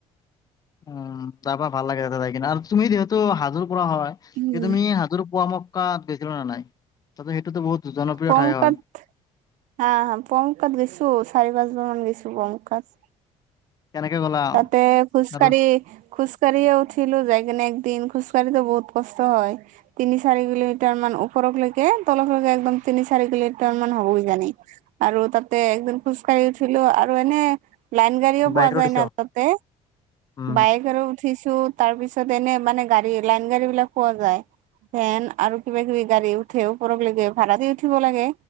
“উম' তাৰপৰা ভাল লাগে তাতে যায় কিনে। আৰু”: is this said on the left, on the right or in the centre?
Left